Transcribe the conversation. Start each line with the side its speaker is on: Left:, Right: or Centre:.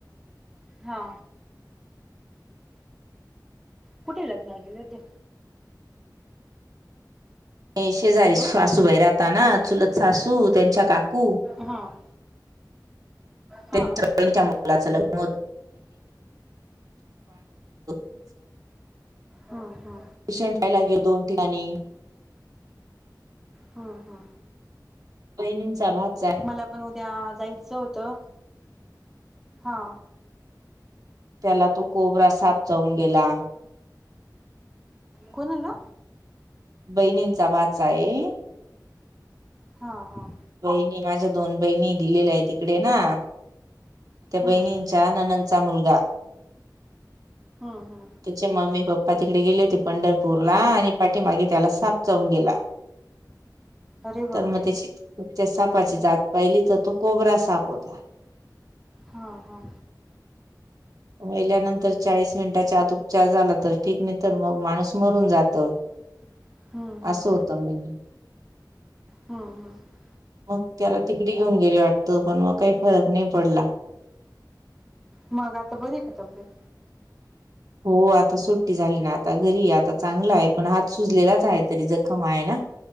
Centre: हा. कुठे लग्नाला गेले होते?
Right: हे शेजारी
Centre: हॅलो
Right: सासूबाई राहता ना चुलत सासू त्यांच्या का कू
Centre: हा हा हा
Right: त्यांच्या बहिणीच्या मु मुलाचं लग्न होत <unintelligible>
Centre: हा हा.
Right: <unintelligible> दोन ठिकाणी.
Centre: हा हा.
Right: बहिणींचा भात
Centre: मला पण उद्या जायचं होतं, हा.
Right: त्याला तो कोबरा साप चावून गेला.
Centre: कोणला?
Right: बहिणींचा भाचा आहे.
Centre: हा हा.
Right: बहिणी माझ्या दोन बहिणी दिलेल्या आहे ते तिकडे ना, त्या बहिणींचा
Centre: हम्म
Right: नंनंदचा मुलगा.
Centre: हा हा.
Right: त्यांचे मम्मी पप्पा तिकडे गेले होती पंढरपूर ला आणि पाठीमागे त्याला साप चावून गेला..
Centre: अरे बापरे
Right: तर मग त्याची त त्या सापाची जात पाहिली तर तो कोबरा साप होता.
Centre: हा हा.
Right: व्हाहिल्यानंतर चाळीस मिनिटाच्या आत उपचार झाला तर ठीक नाही तर मग माणूस मरून जातो.
Centre: <inaudible> हम्म
Right: असं होतं म्हणे
Centre: हम्म हम्म
Right: मग त्याला तिकडे घेऊन गेले वाटत पण मग काही फरक नाही पडला.
Centre: मग आता बरी का तब्येत?
Right: हो आता सुट्टी झाली ना आता घरी आहे, आता चांगला आहे पण हात सुजलेलाच आहे, तरी जखम आहे ना.